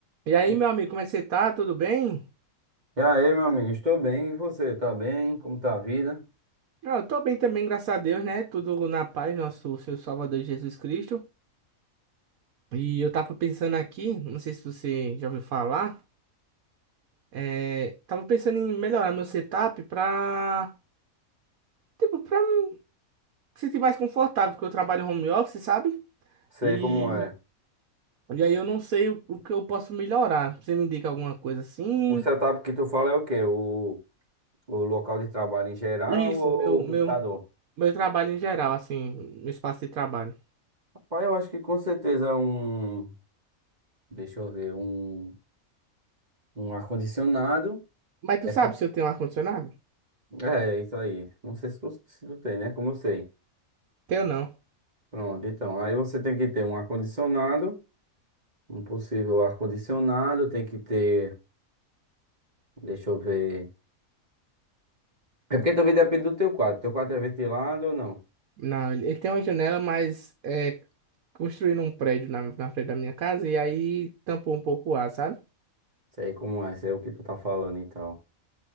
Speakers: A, on the right; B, on the right.
A: E aí,
B: E
A: meu amigo, como é que você tá? Tudo bem?
B: aí, meu amigo, estou bem. E você, tá bem? Como tá a vida?
A: Ah, eu tô bem também, graças a Deus, né? Tudo na paz, nosso Senhor Salvador Jesus Cristo. E eu tava pensando aqui, não sei se você já ouviu falar, é, tava pensando em melhorar meu setup pra, tipo, pra me sentir mais confortável, porque eu trabalho home office, sabe?
B: Sei
A: E,
B: como é.
A: e aí eu não sei o, o que eu posso melhorar. Você me indica alguma coisa assim?
B: O setup que tu fala é o quê? O, o local de trabalho em geral
A: Isso,
B: ou
A: meu,
B: o
A: meu,
B: computador?
A: meu trabalho em geral, assim, meu espaço de trabalho.
B: Rapaz, eu acho que com certeza um. Deixa eu ver, um, um ar-condicionado.
A: Mas tu
B: Depen-
A: sabe se eu tenho ar-condicionado?
B: É, isso aí. Não sei se tu, se tu tem, né? Como eu sei.
A: Tenho não.
B: Pronto, então. Aí você tem que ter um ar-condicionado, um possível ar-condicionado, tem que ter. Deixa eu ver. É porque também depende do teu quarto. Teu quarto é ventilado ou não?
A: Não, ele ele tem uma janela, mas é, construíram um prédio na, na frente da minha casa e aí tampou um pouco o ar, sabe?
B: Sei como é, sei o que tu tá falando, então.